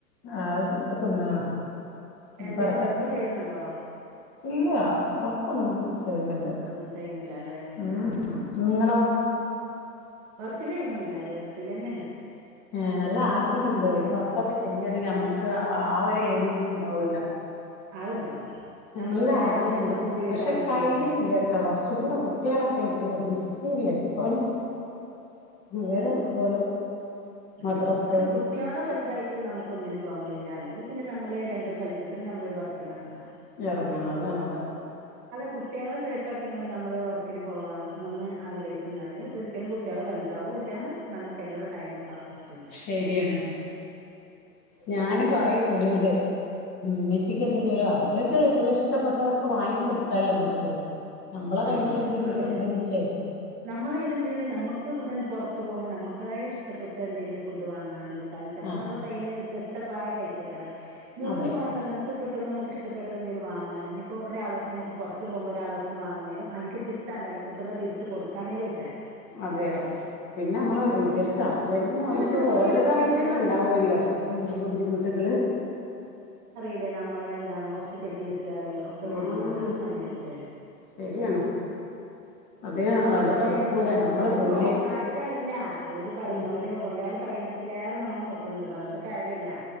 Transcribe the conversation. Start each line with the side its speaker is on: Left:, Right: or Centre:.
Left: ആത് ഇപ്പൊ തിന്നണ ഇനിപ്പ
Right: എന്തേലും
Left: അടുത്തിട്ട്
Right: വർക്ക് ചെയ്യണുണ്ടോ
Left: ഇല്ല വർക്ക് ഒന്നും ചെയ്യണില്ല
Right: വർക്കും ചെയ്യണില്ല അല്ലെ
Left: ഉം നിങ്ങളാ
Right: വർക്ക് ചെയ്യണെന്നില്ല വീട്ടിൽന്നെയാണ്
Left: ഏ നല്ല ആഗ്രഹം ഉണ്ട് ഒരു വർക്കൊക്കെ ചെയ്യുകയാണെങ്കിൽ അമ്മ ക്ക് ആ ഒരു ഏണിങ്സും ഇണ്ടവൂല്ലേ
Right: അതുണ്ടാവും
Left: നല്ല
Right: നമ്മളതായ
Left: ആഗ്രഹമുണ്ട്
Right: ആവശ്യങ്ങൾക്ക് ഉപയോഗിച്ചാൻ
Left: പക്ഷെ
Right: പറ്റിയിട്ട്
Left: കഴിനില്ലാട്ടോ കുറച്ചും കൂടെ കുട്ടികളൊക്കെ ആയിട്ടുള്ള ബിസ് സി ലൈഫാണ് ഇവരെ
Right: അത്
Left: സ്കൂള്
Right: ഉം
Left: മദ്രസ്
Right: അത് കുട്ടികള് വലുതായിട്ട് നമുക്ക് ഒന്നിനും പോകാൻ കഴിയൂലാ അല്ലെങ്കി പിന്നെ നമ്മള് രണ്ടും കല്പ്പിച്ച് നമ്മളൊരു വർക്കിന് ഇറങ്ങണം
Left: <unintelligible> റങ്ങണം അതാണ് അതാണ്
Right: കുട്ടികള് സേഫാക്കിയാണ് നമ്മള് വർക്കിന് പോവാനാണെന്ന് ആഗ്രഹിച്ചെന്നാല് ഒരിക്കലും കുട്ടികള് വലുതാവും ഇല്ല നമ ക്കയിനുള്ള ടൈമൊക്കെ കാ കിട്ടൂലാ
Left: ശരിയാണ് ഞാന് പറയും ഓരോട് ഉമ്മച്ചിക്ക് എന്ത് <unintelligible> അവർക്ക് ഇള്ള ഇഷ്ടപ്പെട്ടതൊക്കെ വാങ്ങിക്കൊടുക്കാല്ലാ നമ്മക്ക് നമ്മളെ
Right: ആ
Left: കയ്യിൽ എന്തെങ്കിലും
Right: അത് പറ്റും
Left: ഉണ്ടെങ്കിലേ
Right: നമ്മട കയ്യില് എന്തേലുണ്ടെങ്കി നമ്മക്ക് പൊറ ത്ത് പോകുമ്പോ നമുക്കതായി ഇഷ്ടപ്പെട്ട എന്തെങ്കിലും ഫുഡ് വാങ്ങാന് കാരണം ചെലപ്പോ
Left: ആഹ്
Right: നമ്മള കയ്യില് തിട്ടപ്പായ പൈസക്കരം ഇനി ഒന്നും
Left: അതെ
Right: വേണ്ട നമുക്ക് കി ട്ടുന്നത് നമുക്കിഷ്ടപ്പെട്ട എന്തേലും വാങ്ങാൻ ഇനിയിപ്പോ ഒരാളടുത്ത് നമ്മുക്ക് പൊറത്ത്ന്ന് പൊറത്ത് പോകുമ്പോ ഒരാൾടുത്ത് വാങ്ങിയാലും അനക്ക് കിട്ടാണ്ടല്ലോ കിട്ടുമ്പോ തിരിച്ച് കൊടുക്കാന്നേലും വിചാരിക്കും
Left: അതെ അതെ പിന്നെ നമ്മള് ഇവര് ക്ക് ഹസ്ബൻഡ്
Right: നമുക്ക്
Left: അവർക്ക്
Right: ജോലിയാണ്
Left: ഓര്തായിട്ടന്നെ
Right: കുറച്ചൊക്കെ
Left: ഉണ്ടാവല്ലോ ബുദ്ധിമുട്ടുകള്
Right: ല്ലെ നമ്മളെ എന്താണ് ഹോസ്പിറ്റൽ കേസ് കള് ഒക്കെ വരുന്ന
Left: ആഹ്
Right: ഓരോര സമയത്ത്
Left: ശരിയാണ് അതെ അതിനൊക്കൂല
Right: ഓല്
Left: നമ്മളെ
Right: ഓല്
Left: ജോലി
Right: നോക്കായിട്ടല്ല അ ഓ പറഞ്ഞ
Left: ഉം
Right: പോലെ ഒലാള് പ്പ കൈനത്തിലേറെ നമ്മളെ നോക്കണുണ്ട് പറഞ്ഞിട്ട് കാര്യല്ലാ